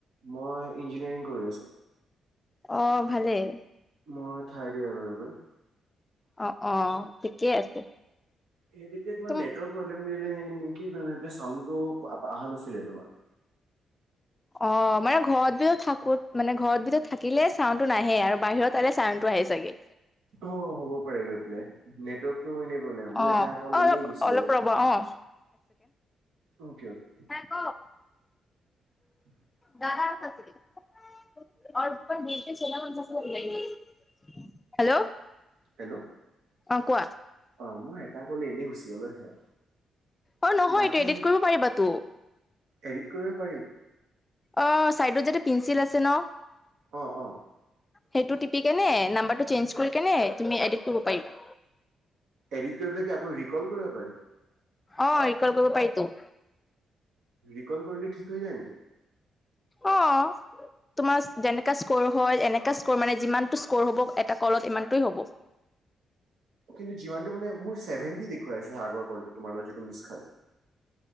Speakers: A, on the right (about 75°); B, on the left (about 20°).
A: মই ইঞ্জিনিয়াৰিং কৰি আছোঁ।
B: অ ভালেই,
A: মই থাৰ্ড ইয়াৰ এইবাৰ,
B: অ অ ঠিকেই আছে।
A: সেই তেতিয়া কিমান
B: তুম
A: নেটৱৰ্ক প্ৰব্লেম দিলে কি কৰিম এইফলে চাউণ্ড টো অহা নাছিলে তোমাৰ।
B: অ মানে ঘৰত বি থাকোত মানে ঘৰত বিধ থাকিলে চাউণ্ডটো নাহে আৰু বাহিৰত তালে চাউণ্ডটো আহে চাগে।
A: অ হ'ব পাৰে গৈ পেলাই। নেটৱৰ্কটো এনে প্ৰব্লেম মই
B: অ'
A: এটা কল
B: অলপ
A: এনেই গুচি
B: অলপ
A: গলো।
B: ৰ'বা অ'
A: অকে অকে,
B: নাই ক
A: <inaudible>
B: <unintelligible> <unintelligible> হেল্ল',
A: হেল্ল',
B: অ কোৱা।
A: অ মই এটা ক'লে এনেই গুচি গল হে,
B: অ নহয়
A: বাকী
B: এইটো এডিট কৰিব পাৰিবা টো।
A: এডিট কৰিব পাৰি।
B: অঁ ছাইডত যিটো পিঞ্চিল আছে ন,
A: অ অ,
B: সেইটো টিপি কেনে নাম্বাৰটো চেঞ্জ কৰি কেনে তুমি এডিক্ট কৰিব পাৰিবা।
A: এডিট কৰি পেলাই আকৌ ৰি কল কৰিব পাৰি।
B: অ ৰি কল কৰিব পাৰিটো।
A: ৰিকল কৰিলে ঠিক হৈ যায় নেকি।
B: অ', তোমাৰ যেনেকা স্ক'ৰ হয় এনেকা মানে যিমানতটো স্ক্ৰৰ হ'ব এটা কলত ইমানটোৱেই হ'ব।
A: কিন্তু যিমানটো মানে মোৰ চেভেটি দেখুৱাইছে আগৰ কল টো তোমাৰ লগত যিটো মিছ খালে।